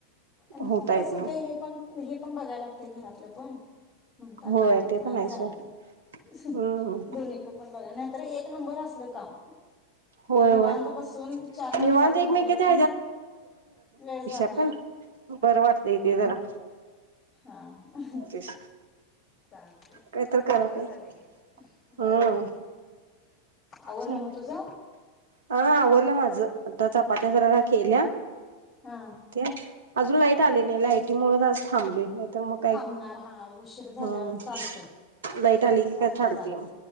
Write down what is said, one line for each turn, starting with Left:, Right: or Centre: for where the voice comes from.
Left: अन
Right: होता
Left: हे कसं
Right: येत नाही
Left: होतय हे पण हे पण बघायला ते घरातलं पण म्हणतानं
Right: होय ते
Left: नाही
Right: पण आहे
Left: जायला
Right: सोड
Left: लागणार.
Right: हम्म
Left: दोन्हीकड पण बघा नाहीतर एक नंबर असलं काम
Right: होय
Left: निवांत
Right: होय
Left: बसून चार माणसात
Right: निवांत
Left: राहिल्या
Right: एकमेकीच्या
Left: की वेळ जात
Right: हल्ल बरं वाटतय तेे जरा.
Left: हा हा
Right: तेच
Left: चालतय
Right: काय तर करा
Left: ते बरं
Right: पाहिजे.
Left: झालं की बर
Right: हम्म.
Left: बर आवरलं
Right: चालतंय.
Left: म तुझ?
Right: हा आवरल माझं आता चपात्या जरा रा केल्या.
Left: हा
Right: त्या अजून लाईट
Left: हा
Right: आली नाही लाईटीमुळ आज थांबलोय. नाही तर मग काय.
Left: थांबणार हा उशीर झाल्यावर
Right: हम्म
Left: चालतोय
Right: लाईट आली की
Left: चालते
Right: काय चालतेय
Left: चालते
Right: मग.